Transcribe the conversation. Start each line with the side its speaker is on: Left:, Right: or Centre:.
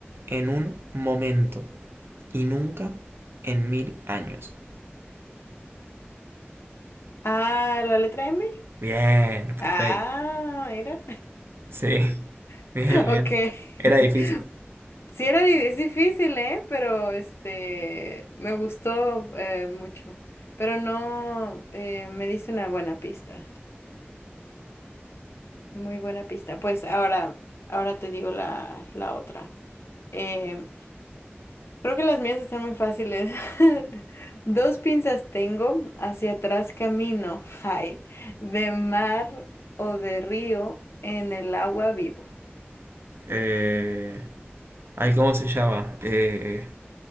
Right: en un momento y nunca en mil años.
Left: Ah, ¿la letra M?
Right: Bien, perfecto.
Left: Ah, mira.
Right: Sí, <laughs>
Left: <laughs>
Right: bien, bien.
Left: Ok.
Right: Era
Left: <laughs>
Right: difícil.
Left: Sí, era, di- es difícil, ¿eh? Pero este, me gustó eh, mucho. Pero no, eh, me diste una buena pista. Muy buena pista. Pues ahora, ahora te digo la, la otra. Eh, Creo que las mías están muy fáciles. <laughs> Dos pinzas tengo, hacia atrás camino. <laughs> Ay, de mar o de río, en el agua vivo.
Right: Eh... Ay, ¿cómo se llama? Eh...